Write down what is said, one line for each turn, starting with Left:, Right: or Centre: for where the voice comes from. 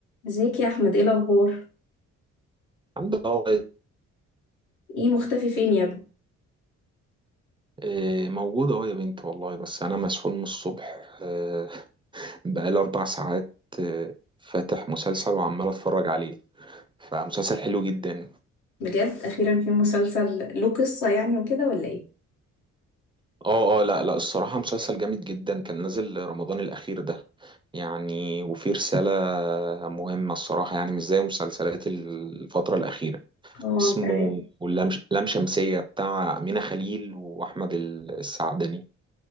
Left: ازيك يا احمد ايه الاخبار
Right: الحمد لله والله.
Left: ايه مختفي فين يا ابني
Right: إيه، موجود اهو يا بنتي والله بس انا مسحول من الصبح آه، بقالي اربع ساعات آه، فاتح مسلسل وعمال اتفرج عليه فمسلسل حلو جدا
Left: بجد اخيرا في مسلسل له قصة يعني وكده ولا ايه
Right: اه اه لا لا الصراحة مسلسل جامد جدا كان نازل رمضان الاخير ده يعني وفيه رسالة مهمة الصراحة يعني مش زي مسلسلات الفترة الاخيرة
Left: اه
Right: اسمه
Left: انت عارف
Right: لام لام شمسية بتاع أمينة خليل وأحمد السعدني